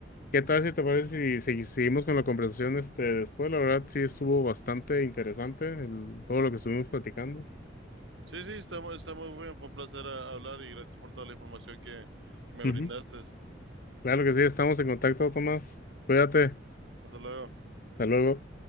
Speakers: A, on the left; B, on the right.
A: ¿Qué tal si te parece si, si seguimos con la conversación este, después? La verdad sí estuvo bastante interesante el- todo lo que estuvimos platicando.
B: Sí, sí, está, mu- está muy bien. Fue un placer ah, hablar y gracias por toda la información que, que me
A: Ujú.
B: brindaste.
A: Claro que sí, estamos en contacto, Tomás. Cuídate.
B: Hasta luego.
A: Hasta luego.